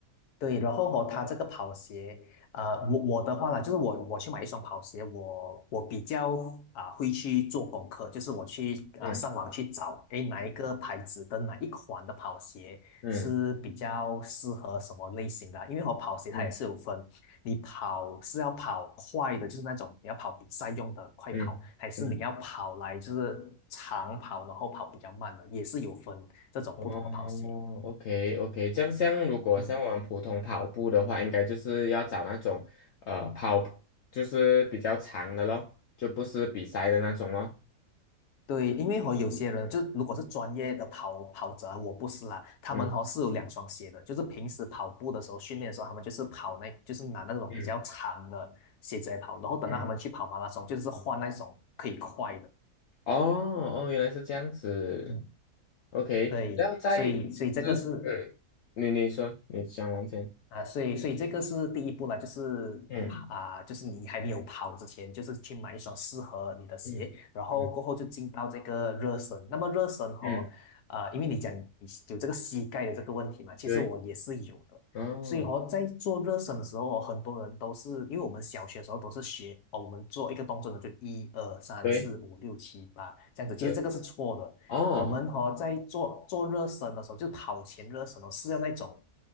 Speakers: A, on the left (about 80°); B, on the left (about 60°).
A: 对，然后哦，它这个跑鞋，呃，我我的话啦，就是我我去买一双跑鞋，我我比较啊、会去做功课，就是我去啊、
B: 嗯
A: 上网去找，诶，哪一个牌子的哪一款的跑鞋是比较适合什么类型的啊？
B: 嗯
A: 因为我跑鞋它也是有分，
B: 嗯
A: 你跑是要跑快的，就是那种你要跑比赛用的快跑，
B: 嗯嗯，
A: 还是你要跑来就是长跑，然后跑比较慢的，也是有分这种不同的跑鞋。
B: 哦，OK OK，这样像如果像我们普通跑步的话，
A: 嗯。
B: 应该就是要找那种呃跑就是比较长的咯，就不是比赛的那种咯，
A: 对，因为和有些人就如果是专业的跑跑者啊我不是啦，他们和是有两双鞋的，
B: 嗯
A: 就是平时跑步的时候训练的时候，他们就是跑那，就是拿那种比较长的鞋子来跑，
B: 嗯
A: 然后等到他们去跑马拉松，
B: 嗯，
A: 就是换那种可以快的。
B: 哦哦，原来是这样子
A: 嗯，
B: ，OK，
A: 对，
B: 然后再就是嗯，
A: 所以所以这个是
B: 你你说你讲完先，
A: 啊，所以所以这个是第一步啦，就是啊，
B: 嗯
A: 就是你还没有跑之前，就是去买一双适合你的鞋，
B: 嗯嗯
A: 然后过后就进到这个热身。那么热身哦，
B: 嗯。
A: 啊，因为你讲你有这个膝盖的这个问题嘛，其实我也是有的。
B: 对，哦，
A: 所以哦，在做热身的时候哦很多人都是因为我们小学的时候都是学哦，我们做一个动作呢，就一二三四五六七八这样子，
B: 对，
A: 其实这个是错的。
B: 是，哦，
A: 我们哦，在做做热身的时候，就跑前热身哦，是要那种